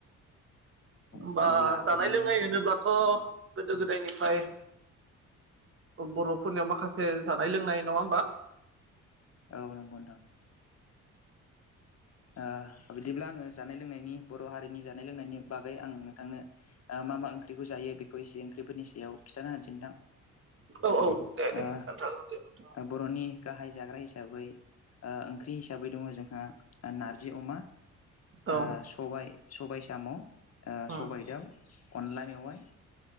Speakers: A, on the left; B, on the right.
A: औ।
B: आ
A: अब्ला
B: जानाय
A: बर'नि
B: लोंनाय होनोब्लाथ' गोदो गोदायनिफ्राय बर'फोरनियाव माखासे जानाय लोंनाय नङा होमबा
A: औ नंगौ नोंथां। ओ बिदिब्ला आङो जानाय लोंनायनि बर' हारिनि जानाय लोंनायनि बागै आं नोंथांनो मा मा ओंख्रिखौ जायो बेखौ एसे ओं ख्रिफोरनि सायाव खिथाना होनिसै नोंथां।
B: औ औ दे दे
A: ओ
B: खोन्थाग्रोदो नोंथाङा
A: बर'नि गाहाय जाग्रा हिसाबै ओंख्रि हिसाबै दङ जोंहा नारजि अमा ओ
B: औ
A: सबाय सबाय साम'
B: उम
A: सबायजों दाउ अनला मेवाइ